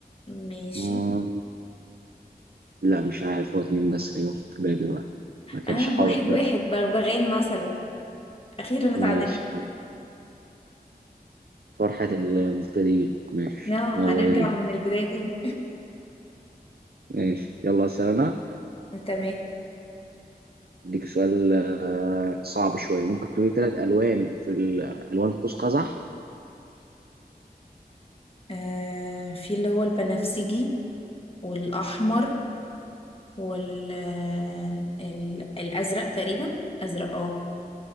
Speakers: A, on the left; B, on the right.
A: ماشي
B: مم، لا مش عارف هو اتنين بس اللي جم في بالي دلوقتي ما كانش
A: اه
B: حاضر
A: واحد واحد بغبغان مثلا أخيرا
B: ماشي
A: اتعدلنا
B: فرحة المبتدئين ماشي
A: اه
B: يلا
A: هنرجع
B: بينا
A: من البداية تاني
B: ماشي يلا أسأل أنا
A: <laughs> تمام
B: أديك سؤال آه، صعب شوية ممكن تقولي تلات ألوان في ال- ألوان قوس قزح
A: آه، في اللي هو البنفسجي والأحمر وال آه، ال- الأزرق تقريبا أزرق اه